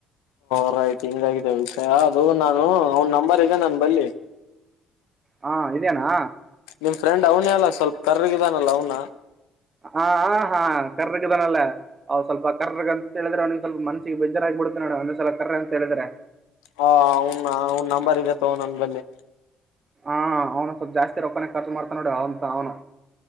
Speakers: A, on the left; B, on the right.
A: ಅಲ್ಲಾ ಹಿಂಗಾಗಿದೆ ವಿಷಯ ಅದು ನಾನು ಅವನ್ ನಂಬರ್ ಇದೆ ನನ್ ಬಲ್ಲಿ
B: ಹಾ ಇದೇನಾ
A: ನೀಮ್ ಫ್ರೆಂಡ್ ಅವನೆ ಅಲ್ಲ ಸ್ವಲ್ಪ ಕರ್ರಗಿದನ್ ಅವ್ನ
B: ಹ ಹಾ ಕರ್ರಗದಾನಲ್ಲೇ ಅವ್ ಸ್ವಲ್ಪ ಕರ್ರಗ್ ಅಂತ ಹೇಳಿದ್ರೆ ಅವನಿಗೆ ಸ್ವಲ್ಪ ಮನಸ್ಗೆ ಬೇಜಾರ ಆಗ್ಬ ಬಿಡ್ತೆ ನೋಡ ಒಂದ್ಸಲ ಕರ್ರ ಅಂತ ಹೇಳಿದ್ರೆ
A: ಹ ಅವನ್ ಅವನ್ ನಂಬರ್ ಇದೆ ತಕೊಂದ್ ಹೋಗ್ ಬಾ ಬಲ್ಲಿ
B: ಹಾ ಅವನು ಸ್ವಲ್ಪ ಜಾಸ್ತಿ ರೊಕ್ಕಾನ ಖರ್ಚು ಮಾಡ್ತ ನೋಡಿ ಅಂತ ಅವನು